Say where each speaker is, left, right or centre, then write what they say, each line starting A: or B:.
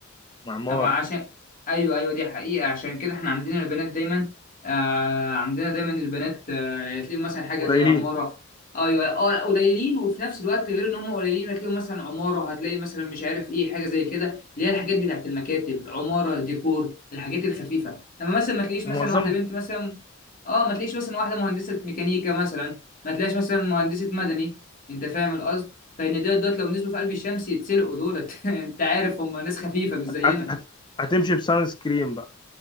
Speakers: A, on the left; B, on the left.
A: معمار
B: هو عشان ايوه ايوه دي حقيقة عشان كده احنا عندنا البنات دايما آه عندنا دايما البنات آه تلاقيهم مثلا حاجة
A: قليلين
B: زي عمارة ايوه اه قليلين وفي نفس الوقت غير ان هم قليلين هتلاقيهم مثلا عمارة هتلاقي مثلا مش عارف ايه حاجة زي كده اللي هي الحاجات بتاعت المكاتب عمارة ديكور الحاجات الخفيفة اما مثلا ما تلاقيش
A: ومعظم
B: مثلا واحدة بنت مثلا اه ما تلاقيش مثلا واحدة مهندسة ميكانيكا مثلا ما تلاقيش مثلا مهندسة مدني انت فاهم القصد فان دول دول لو نزلوا في قلب الشمس يتسلقوا دولت <laughs> انت عارف هم ناس خفيفة مش زينا
A: هت- هت- هتمشي بسان سكرين بقى